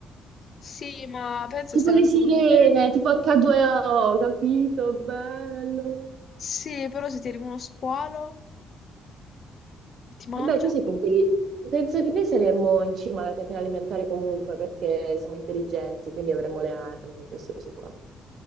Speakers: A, on the left; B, on the right.
A: Sì, ma penso
B: tipo
A: stiamo
B: le
A: andando
B: sirene,
A: con i te.
B: tipo H2O, capito? Bello.
A: Sì, però se ti arriva uno squalo e ti mangia,
B: Vabbè, tu sei intelligente. Penso che noi saremmo in cima alla catena alimentare comunque perché siamo intelligenti, quindi avremo le armi, queste cose qua.